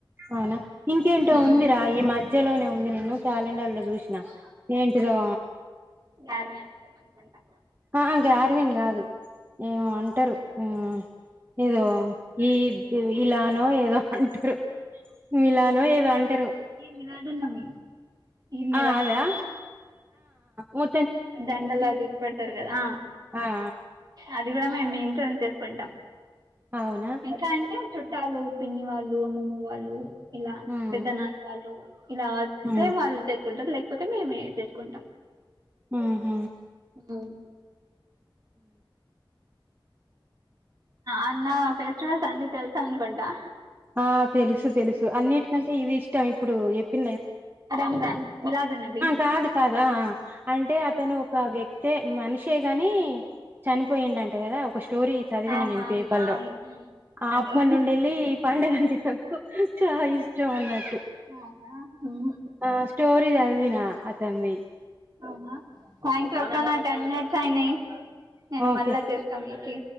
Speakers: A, on the right (about 25°); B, on the right (about 50°).
A: అవునా ఇంకేంట
B: ఉమ్
A: ఉందందిరా ఈ మధ్య మ్యలోనే ఉంది నేను క్యాలెండర్ లో చూసిన ఏంటిదో
B: ారుమ అంత అంతకుంటా
A: ే ఆ వన్ కాదు ఏమో అంటారు ఆ ఏదో ఈ ఇలానో ఏదో అంటు ఇలాను ఏదో అంటారు
B: ఈ మిలాదున్నవి ఈద్
A: ఆ అదా మ
B: దండల్ అది ఇది పడతారు కదా
A: ఆ ఆ
B: అది కూడా మేము మన్ంచూరస్తం కొండం
A: అవునా
B: ఇంకా అంటే చుట్ట చాలు పిన్ని వాళ్ళు అమ్మమ్ వాళ్ళు ఇలా
A: మ్మ్
B: పెద్ద నాన్న వాళ్ళు ఇలా వస్తే
A: హ్మ్
B: వాళ్ళు చె ంటారు లేకపోతే మేమే చేసుకుంటాం
A: హ హ
B: ఉమ్, అన్నా ఫెస్టివల్స్ అన్ని తెల్సా అన్కుంటా
A: ఆ తెలుసు తెలుసు అన్నిటికంటే ఇది ఇష్టం ఇప్పుడు పి
B: రాంజాన్ విలాదు నబీ
A: కాదు కాదు ఆ అంటే అతను ఒక వ్యక్తే మనిషే కాగాని చనిపోయిండ అంటే కదా ఒక స్టోరీ చదివిన
B: అవును
A: నేను
B: అవును
A: పేపర్
B: అవును
A: లో
B: ఉమ్,
A: ఆ
B: అదే
A: అప్పటి నుండి వెళ్ళి అండ గంటేకు చాలా ఇష్టం అన్నట్టు
B: అవునా ఉమ్,
A: ఆ స్టోరీ చదివిన తన్వి
B: అవునా థ్యాంక్యూ అక్క నా టెన్ మినిట్స్ అయినాయి నేను
A: ఓకే
B: మళ్ళా చేస్తాను మీకి